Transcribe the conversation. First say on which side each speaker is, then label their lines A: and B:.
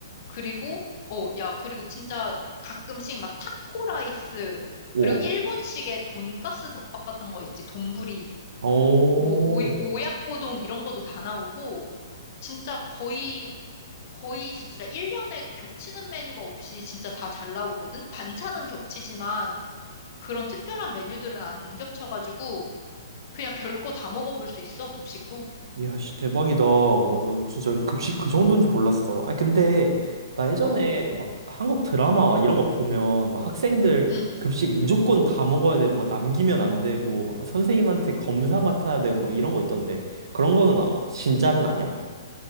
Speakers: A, on the left; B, on the right.
A: 그리고 어, 야, 그리고 진짜 가끔씩 막 타코 라이스
B: 우와.
A: 그리고 일본식의 돈가스 덮밥 같은 거 있지. 돈부리
B: 오.
A: 뭐 오, 오약고동 이런 것도 다 나오고 진짜 거의 거의 진짜 1년에 겹치는 메뉴가 없이 진짜 다 잘 나오거든. 반찬은 겹치지만 그런 특별한 메뉴들은 안 겹쳐가지고 그냥 별거 다 먹어볼 수 있어. 급식도.
B: 이야, 씨, 대박이다. 어, 넌 진짜 급식
A: 음.
B: 그 정도인지 몰랐어. 아, 근데 나 예전에
A: 어.
B: 그 막 한국 드라마와 이런 거 보면 막 학생들
A: 음.
B: 급식 무조건 다 먹어야 되고 남기면 안 되고 막그 선생님한테 검사 맡아야 되고 막 이런 거 있던데 그런 거는 아- 진짜는 아니야?